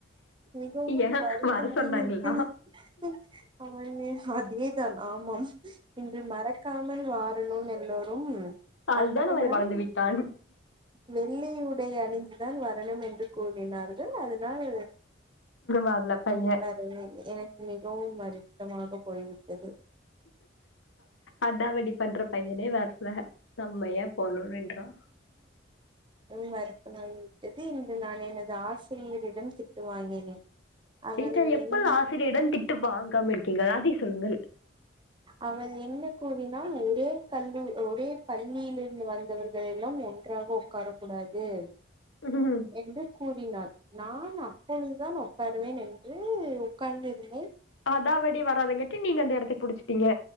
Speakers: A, on the right; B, on the left.
A: மிகவும்
B: ஏன்
A: வருத்தமாக
B: வர சொன்னாங்களா
A: இருக்கிறது ஆமா மிஸ் அதேதான் ஆமா ஆமா இன்று மறக் க்காமல் வாரணும்ன்னு எல்லோரும்
B: அதுதான்
A: அது மட்டும்
B: அவன்
A: இல்லாம
B: வளர்ந்து விட்டான்
A: வெள்ளி உடை அணிந்துதா வரணும் என்று கூறினார்கள் அதுனால்
B: வரல
A: <unintelligible>
B: பையன்
A: எனக்கு மிகவும் வருத்தமாக போய்விட்டது
B: அடாவடி பண்ற பையனே வர்ல நம்ம ஏன் போனும் என்றா
A: விட்டது இன்று நான் எனது ஆசிரியரிடம் திட்டு வாங்கினேன் அவள்
B: நீங்க எப்ப
A: என்
B: ஆசிரியரிடம் திட்டு வாங்காம இருக்கீங்க அதை ம் சொல்லுங்க
A: அவள் என்ன கூறினாள் ஒரே கல்லில் ஒரே பள்ளியில் இருந்து வந்தவர்கள் எல்லா ஒன்றாக உக்காரக் கூடாது
B: உம்
A: என்று கூறினாள் நான் அப்பொழுதுதான் உட்காருவேன் என்று உட்கார்ந்திருந்
B: அதாவடி வராதங்கெட்டி நீங்க அந்த எடத்த புடிச்சுட்டீங்க